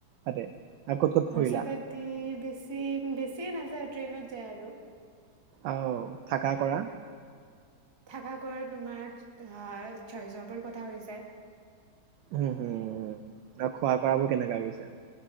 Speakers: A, on the right; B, on the right.
A: তাতে আৰু ক'ত ক'ত
B: খৰচা
A: ফুৰিলা
B: পাতি বেছি বেছিও‌ নাযায় ট্ৰেইনত যায় আৰু
A: আহ থাকা কৰা
B: থাকা ঘৰ তোমাৰ আহ ছয়জৱৰ কথা হৈ যায়
A: উম হুম আৰু খোৱা কৰা বোৰ কেনেকা গৈছে